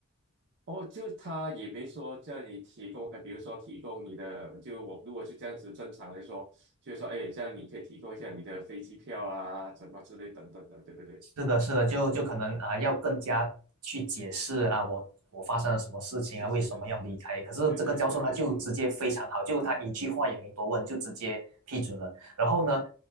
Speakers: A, on the right; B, on the right.
A: 哦，就他也没说叫你提供，呃，比如说提供你的，就我如果就这样子正常来说，就是说，哎，这样你可以提供一下你的飞机票啊，什么之类等等的，对不对？
B: 是的，是的，就就可能啊、要更加去解释啊，我我发生了什么事情啊，
A: 是是是是，
B: 为什么要离开？可是这个教授他就直接非常好，
A: 对对对对对，
B: 就他一句话也没多问，就直接批准了。然后呢，